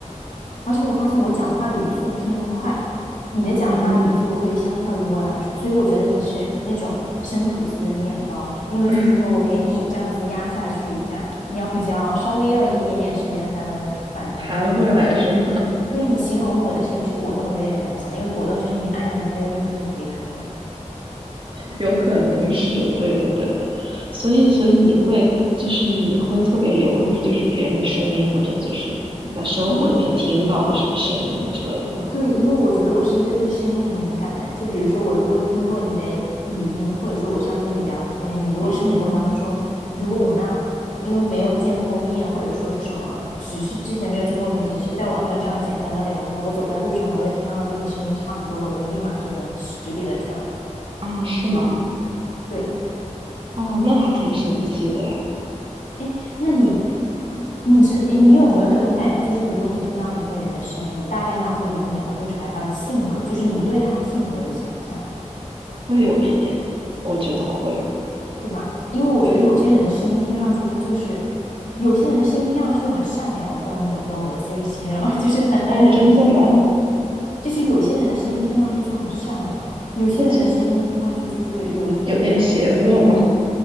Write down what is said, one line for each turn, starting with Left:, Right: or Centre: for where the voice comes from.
Left: 而且我发现我讲话的语速偏快，你的讲话的语速会相较于我来说，
Right: 嗯，
Left: 所以我觉得你是那种生吐司的面包，因为就是说我给你这样子压下去一下，
Right: <laughs>
Left: 你要比较稍微要一点点时间才能反弹到原来的。
Right: 弹回来是吗？
Left: 所以你形容我的声音是果冻，我觉得也蛮像的因为果冻就是你按下去，它就立马就回弹回来。
Right: 有可能是对的，对的。所以，所以你会就是你会特别留意就是别人的声音，或者就是你在生活里面听到的什么声音之类的吗？
Left: 因为我对，因为我觉得我是一个对声音很敏感的人。就比如说，我如果听过你的语音，或者说我这样跟你聊天，你如果生活当中，
Right: 嗯嗯，
Left: 如果我们俩因为没有见过面，或者说是什么，只是之前没有见过面，只是在网上这样简单的聊一下，我走在路上，我如果听到跟你声音差不多的，我会立马就能识别的出来。
Right: 哦，是吗？
Left: 对，
Right: 哦，那还挺神奇的诶，
Left: 哎，那你，你知你有没有那种感觉，就是如果你听到一个人的声音，大概脑子里能描绘出来他的性格，就是你对他性格的想象？
Right: 会有一点，我觉得会。
Left: 对吧？因为我觉得有些人的声音听上去，
Right: 对，
Left: 他就是有些人的声音听上去就很善良，我不知道你懂不懂我的这个形容，<laughs> 就是很恩人的，
Right: 哦，真的吗？
Left: 就是有些人的声音听上去就很善良，有些人的声音听上去就是有一点点，
Right: 那是有点邪恶吗？